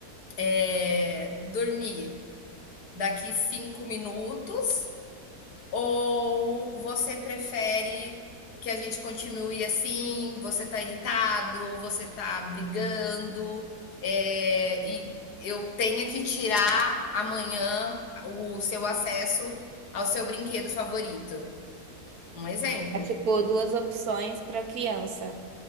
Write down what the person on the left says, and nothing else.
é, dormir daqui cinco minutos Ou você prefere que a gente continue assim? Você tá irritado, você tá brigando, é, e eu tenha que tirar amanhã o seu acesso ao seu brinquedo favorito. Um exemplo.